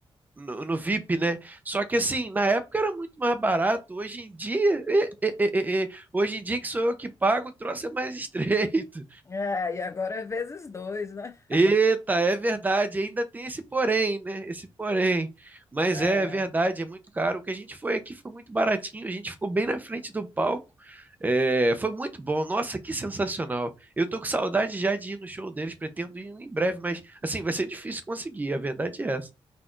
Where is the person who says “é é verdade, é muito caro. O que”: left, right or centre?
Right